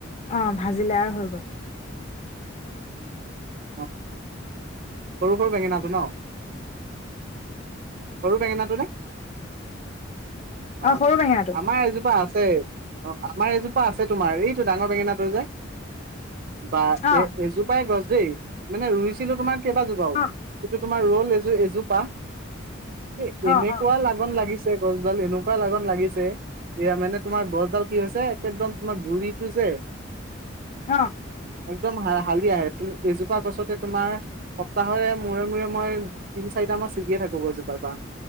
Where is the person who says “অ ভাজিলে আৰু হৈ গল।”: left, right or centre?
Left